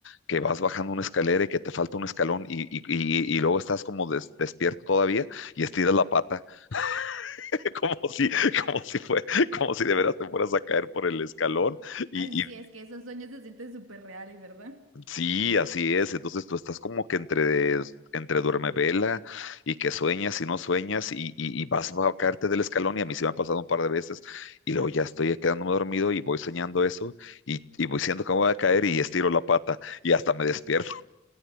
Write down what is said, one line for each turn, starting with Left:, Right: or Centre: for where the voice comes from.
Left: que vas bajando una escalera y que te falta un escalón y, y- y- y luego estás como des- despierto todavía y estiras la pata, <laughs> como si, como si fue, como si de veras te fueras a caer por el escalón y,
Right: Ay,
Left: y-
Right: sí, es que esos sueños se sienten súper reales, ¿verdad?
Left: Sí, así es. Entonces tú estás como que entre, entre duerme vela y que sueñas y no sueñas y, y, y vas a caerte del escalón y a mí sí me ha pasado un par de veces y luego ya estoy quedándome dormido y voy soñando eso y, y voy siendo que me voy a caer y estiro la pata y hasta me despierto.